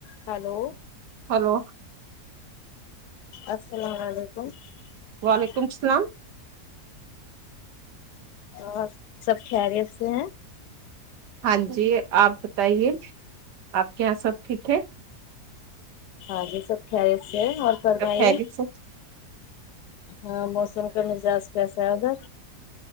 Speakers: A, on the left (about 75°); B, on the right (about 80°).
A: hello
B: hello
A: السلام علیکم
B: وعلیکم
A: ج
B: السلام
A: اور سب خریت سے ہیں
B: ہاں جی آپ بتائیے آپ کے یہاں سب ٹھیک ہے
A: ہاں جی سب خل سے اور فرمائی
B: سب خیریت سے
A: ہاں موسم کا مزاج کیسا ہے اگا